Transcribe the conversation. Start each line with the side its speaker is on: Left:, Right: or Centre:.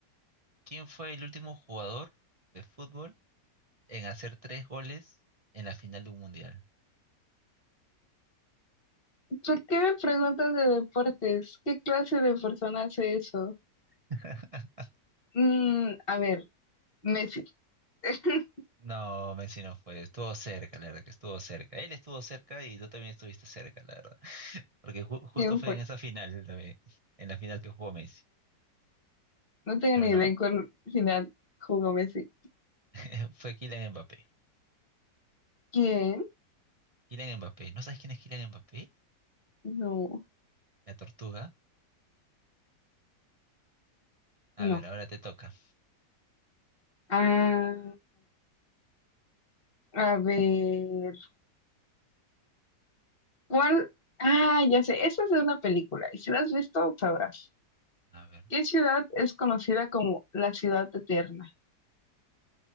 Right: ¿quién fue el último jugador de fútbol en hacer tres goles en la final de un mundial?
Left: ¿Por qué me preguntas de deportes? ¿Qué clase de persona hace eso?
Right: <laughs>
Left: Mm, a ver, Messi. <laughs>
Right: No, Messi no fue, estuvo cerca, la verdad que estuvo cerca. Él estuvo cerca y tú también estuviste cerca, la verdad. Porque ju- justo
Left: ¿Quién
Right: fue
Left: fue?
Right: en esa final también, en la final que jugó Messi.
Left: No tengo
Right: Pero
Left: ni
Right: no,
Left: idea en cuál final jugó Messi.
Right: <laughs> fue Kylian Mbappé.
Left: ¿Quién?
Right: Kylian Mbappé. ¿No sabes quién es Kylian Mbappé?
Left: No,
Right: La tortuga. A
Left: no.
Right: ver, ahora te toca.
Left: Ah, a ver, ¿cuál? Ah, ya sé, esta es de una película y si la has visto, sabrás.
Right: A ver,
Left: ¿Qué ciudad es conocida como la ciudad eterna?